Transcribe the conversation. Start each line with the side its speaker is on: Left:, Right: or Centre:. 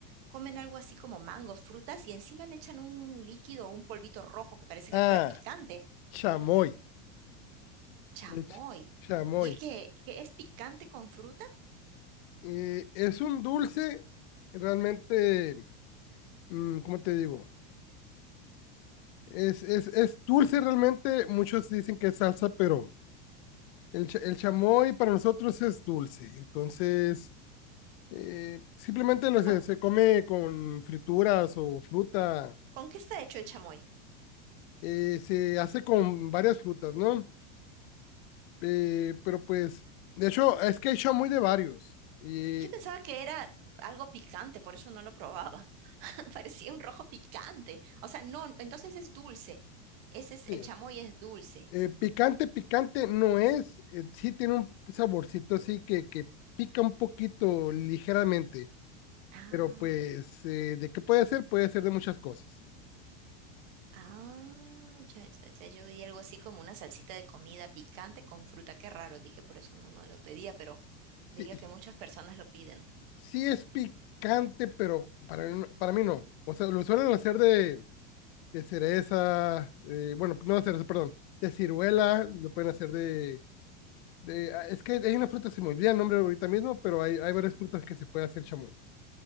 Right: comen algo así como mangos, frutas y encima le echan un líquido, un polvito rojo que parece
Left: ah,
Right: que fuera picante.
Left: chamoy,
Right: Chamoy.
Left: el ch- chamoy.
Right: ¿Y es que, que es picante con fruta?
Left: Eh, es un dulce realmente, mm, ¿cómo te digo? Es, es, es dulce realmente, muchos dicen que es salsa, pero el, cha- el chamoy para nosotros es dulce. Entonces, eh, simplemente lo
Right: ¿Con,
Left: se, se come con frituras o fruta
Right: con qué está hecho el chamoy?
Left: eh, se hace con varias frutas, ¿no? Eh, pero pues, de hecho, es que hay muy de varios. Y
Right: Yo pensaba que era algo picante, por eso no lo probaba. <laughs> Parecía un rojo picante. O sea, no, entonces es dulce. Ese es,
Left: sí.
Right: el chamoy es dulce.
Left: Eh, picante, picante no es, eh, sí tiene un saborcito así que, que pica un poquito ligeramente,
Right: Ah.
Left: pero pues, eh, ¿de qué puede ser? Puede ser de muchas cosas.
Right: Ah, ya, ya, ya, yo vi algo así como una salsita de comida picante con fruta, qué raro, dije, por eso no, no lo pedía, pero veía
Left: Sí,
Right: que muchas personas lo piden.
Left: sí es picante, pero para, mí no- para mí no. O sea, lo suelen hacer de, de cereza, eh, bueno, no de cereza, perdón, de ciruela, lo pueden hacer de, de- ah, es que hay una fruta, se me olvida el nombre ahorita mismo, pero hay, hay varias frutas que se puede hacer chamoy.